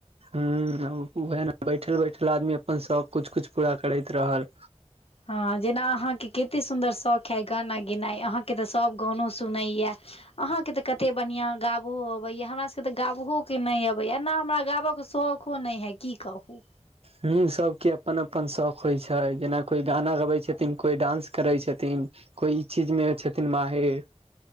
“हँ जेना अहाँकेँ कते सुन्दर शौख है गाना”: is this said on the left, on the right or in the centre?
Left